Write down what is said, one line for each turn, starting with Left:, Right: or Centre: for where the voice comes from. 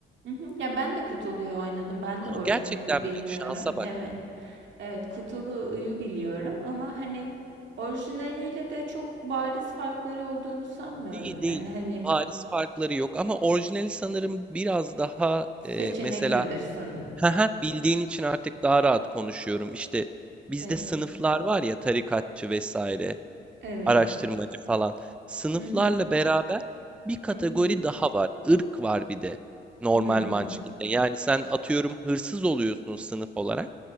Right: hı hı. Ya ben de kutuluyu oynadım. Ben de orijinalini
Centre: Aa, Gerçekten
Right: bilmiyorum.
Centre: mi? Şansa bak.
Right: Evet. Evet, kutuluyu biliyorum ama hani orijinaliyle de çok bariz farkları olduğunu sanmıyorum
Centre: Değil
Right: yani
Centre: değil.
Right: hani
Centre: Paris farkları yok ama orijinali sanırım biraz daha
Right: seçeneklidir
Centre: e, mesela
Right: sanırım.
Centre: Hı hı, bildiğin için artık daha rahat konuşuyorum. İşte bizde
Right: Evet.
Centre: sınıflar var ya tarikatçı vesaire,
Right: Evet.
Centre: araştırmacı falan. Sınıflarla
Right: Hı hı.
Centre: beraber bir kategori
Right: Hı hı.
Centre: daha var. Irk var bir de normal
Right: Hmm.
Centre: Munchkin'de. Yani sen atıyorum hırsız oluyorsun sınıf olarak